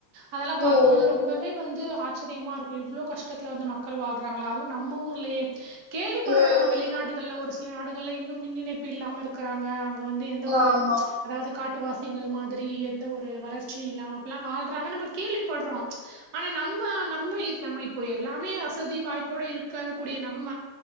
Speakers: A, on the right; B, on the right.
A: அதெல்லா
B: ம்
A: பாக்கும்போது ரொம்பவே வந்து ஆச் சரியமா இருக்கு இவ்ளோ கஷ்டத்துல வந்து மக்கள் வாழ்றாங்கள அது நம்ம ஊர்லயே கேள்விப்படுறோ
B: ம்
A: நம்ம வெளிநாடுகள்ல ஒரு சில நாடுகள்ல இன்னு மின் இணைப்பு இல்லாம இருக்குறாங்க வந்து எந்த ஒரு
B: ஆமா
A: அதாவ்து காட்டு வாசிங்கள் மாதிரி எந்த ஒரு வளர்ச்சியில்லாம அப்டில்லா வாழ்றாங்க நம்ம கேள்விப்பட்றோ ஆனா நம்ம நம்ம நம்மயிப்போ எல்லாமே வசதி வாய்ப்போட இருக்க கூடிய நம்ம